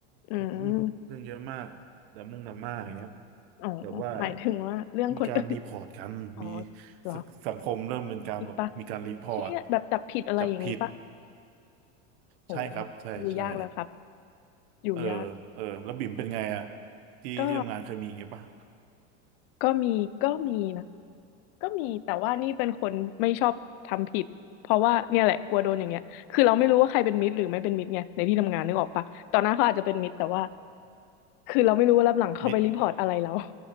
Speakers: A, on the left; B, on the right.
A: อืม
B: อืมเรื่องเยอะมากดราม่งดราม่าอย่างเงี้ย
A: อ๋อ
B: แต่ว่า
A: หมายถึงว่าเรื่องคนอื่น
B: มีการรีพอร์ตกันมี
A: <laughs> อ๋อเหรอ
B: สสังคมเริ่มเป็นการแบบมีการรีพอร์ต
A: จริงปะเชี่ยแบบจับผิดอะไรอย่างนี้ปะ
B: จับผิด
A: โห
B: ใช่ครับใช่ใช่
A: อยู่ยากแล้วครับอยู่ยาก
B: เออเออแล้วบิ่มเป็นไงอะที่ที่ทำงานเคยมีอย่างเงี้ยป่ะ
A: ก็ ก็มีก็มีนะก็มีแต่ว่านี่เป็นคนไม่ชอบทำผิดเพราะว่าเนี่ยแหละกลัวโดนอย่างเงี้ยคือเราไม่รู้ว่าใครเป็นมิตรหรือไม่เป็นมิตรไงในที่ทำงานนึกออกปะตอนนั้นเขาอาจจะเป็นมิตรแต่ว่าคือเราไม่รู้ว่ารับหลังเขาไปรีพอร์ตอะไรเรา
B: มิด